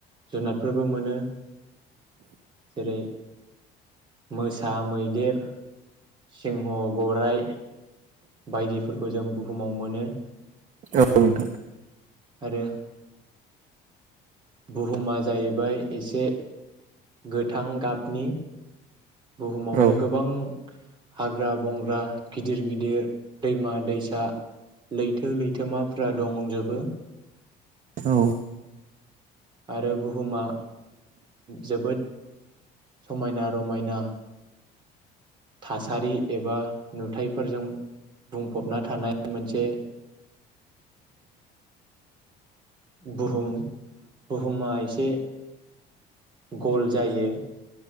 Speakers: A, on the right; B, on the right.
A: जुनादफोरबो मोनो जेरै मोसा, मैदेर, सिंह, गराइ, बायदिफोरखौ जों बुहुमाव मोनो
B: औ नोंथां
A: आरो बुहुमा जाहैबाय एसे गोथां गाबनि बुहुमावनो
B: औ
A: गोबां हाग्रा बंग्रा गिदिर गिदिर दैमा दैसा लैथो लैथोमाफोरा दंजोबो
B: औ
A: आरो बु बुमा जोबोद समायना - रमायना थासारि एबा नुथाइफोरजों बुंफबना थानाय मोनसे बुहुम - बुहुमा एसे गल जायो